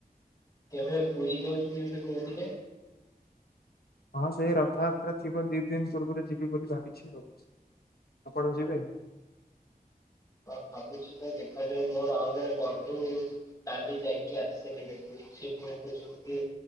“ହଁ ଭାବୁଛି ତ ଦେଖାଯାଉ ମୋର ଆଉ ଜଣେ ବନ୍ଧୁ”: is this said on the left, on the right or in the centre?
Left